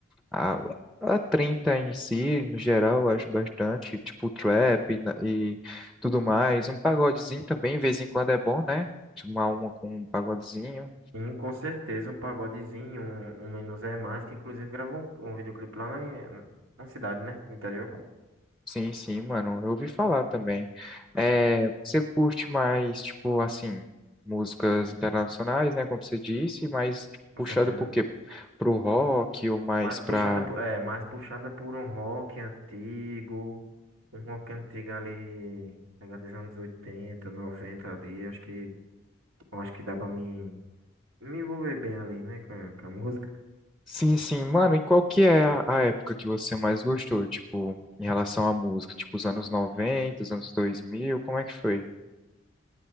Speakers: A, in the centre; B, on the right.
A: A, a 30 em si, no geral, eu acho bastante, tipo trap e, na- e tudo mais. Um pagodezinho também, de vez em quando é bom, né? Tipo, Uma uma com um pagodezinho.
B: E, com certeza um pagodezinho, um, um Menos é Mais, que inclusive gravou um, um videoclipe lá na, na cidade, né? No interior, com
A: Sim, sim, mano, eu ouvi falar também. É, você curte mais, tipo, assim, músicas internacionais, né? Como você disse, mas tipo, puxado
B: certeza.
A: pro quê? Pro rock ou mais
B: Mais puxada
A: pra
B: por, é, mais puxada por um rock antigo, um rock antigo ali, pega dos anos 80 90 ali, acho que, eu acho que dá pra mim me envolver bem ali, né, com a, com a música.
A: Sim, sim. Mano, e qual que é a, a época que você mais gostou, tipo, em relação à música? Tipo, os anos 90 os anos 2000 como é que foi?